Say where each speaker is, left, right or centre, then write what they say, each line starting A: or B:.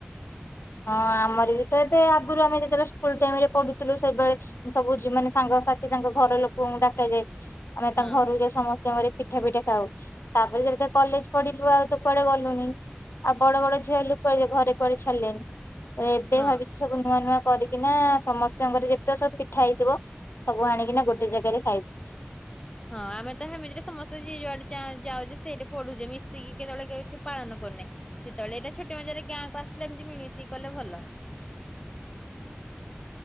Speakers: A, on the left; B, on the left.
A: ହଁ ଆମର ବି ତ ଏବେ ଆଗରୁ ଆମେ ଯେତେବେଳେ ସ୍କୁଲ ଟାଇମ ରେ ପଢୁଥିଲୁ ସେବେ ସବୁ ମାନେ ସାଙ୍ଗସାଥି ତାଙ୍କ ଘର ଲୋକଙ୍କୁ ଡାକା ଯାଏ, ଆମେ
B: ହଁ
A: ତାଙ୍କ ଘରକୁ ଯାଇ ସମସ୍ତିଙ୍କ ପିଠା ପିଠା ଖାଉ। ତାପରେ ଏବେ ତ କଲେଜ ପଢିଲୁ ଆଉ ତ କୁଆଡେ ଗଲୁନି ଆଉ ବଡ ବଡ ଝିଅ ହେଲୁ ଲୋକ <inaudible> ଘରେ କୁଆଡେ ଛାଡିଲେ, ଏବେ
B: ହଁ।
A: ଭାବିଛି ସବୁ ନୂଆ ନୂଆ କରିକିନା ସମସ୍ତଙ୍କର ଯେତେ ସବୁ ପିଠା ହେଇଥିବ ସବୁ ଆଣିକିନା ଗୋଟେ ଜାଗାରେ ଖାଇବି
B: ହଁ ଆମେ ତ ସେମିତିରେ ସମସ୍ତେ ଯିଏ ଯୁଆଡେ ଯାଉଛେ ସେଇଠି ପଢୁଛେ ମିଶିକି କେତେବେଳେ କିଛି ପାଳନ କରୁନେ। ଯେତେବେଳେ ଏଇଟା ଛୁଟି ମଜାରେ ଗାଁକୁ ଆସିଲେ ଏମିତି ମିଳିମଶି କଲେ ଭଲ
A: <inaudible>